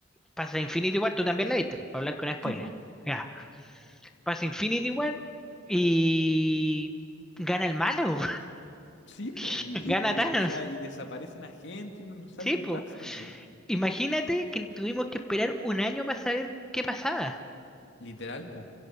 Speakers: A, in the centre; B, on the left (about 65°).
A: pasa Infinity War, tú también la viste, para hablar con spoilers.
B: Sí, po.
A: Ya, pasa Infinity War y gana el malo,
B: Sí, po.
A: <laughs>
B: Y,
A: gana
B: y, y,
A: Thanos.
B: o sea, y desaparecen a gente y uno no sabe
A: Sí,
B: qué
A: po.
B: pasa, po.
A: Imagínate que tuvimos que esperar un año para saber qué pasaba.
B: Literal, po.